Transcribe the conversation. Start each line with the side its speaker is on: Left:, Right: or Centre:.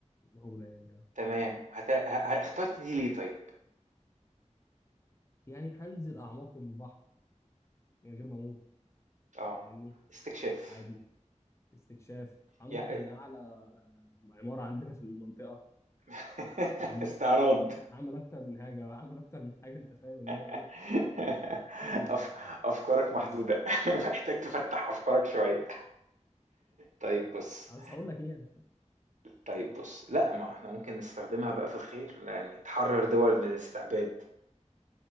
Left: المهولة يعني اه
Right: تمام، هت ه ه اخترت دي ليه طيب؟
Left: يعني هنزل اعماق البحر من غير ما اموت
Right: آه،
Left: فاهمني
Right: استكشاف
Left: عادي استكشاف هنط
Right: يع
Left: من اعلى اه، عمارة عندنا في المنطقة
Right: <laughs>
Left: فاهمني
Right: استعراض
Left: هعمل اكتر من حاجه وهعمل اكتر من حاجه انت فاهم ان انا ايه
Right: <laughs>
Left: اشوف اللي هيحصل
Right: أف أفكارك محدودة،
Left: بس
Right: <laughs> محتاج تفتّح أفكارك شوية. طيب بُص
Left: عايز هقول لك ايه يعني
Right: طيب بُص، لأ ما إحنا ممكن نستخدمها بقى في الخير، يعني تحرر دول من الاستعباد،